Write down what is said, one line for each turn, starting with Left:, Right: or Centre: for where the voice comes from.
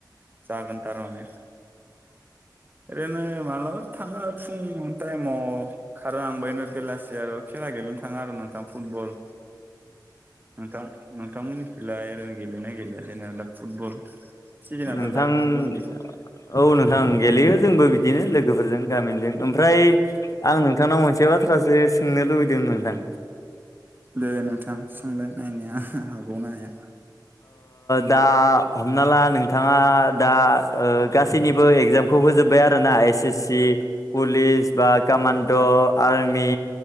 Right: जागोन थारमाने ओरैनो मालाबा थाङो फुं टाइमाव खारनो आं बनो बेलासि आरो खेला गेलेनो थाङा आरो नोंथां फुटबल नोंथां नोंथांमोननि खैलाय ओरैनो गेलेयो ना गेलेया जेनबा दा फुटबल सिजेनाथ'
Left: नोंथां
Right: दा फुटबलनि
Left: औ नोंथां गेलेयो जोंबो बिदिनो लोगोफोरजों गामिनिजों ओमफ्राय आं नोंथांनाव मोनसे बाथ्रासो सोंनो लुबैदों नोंथां
Right: दे नोंथां सोंलाय नायनिया हागौ ना हाया
Left: दा हमना ला नोंथाङा दा गासैनिबो एगजाम खौ होजोब्बाय आरो ना एस एस सि पुलिस बा कामान्ड' आर्मि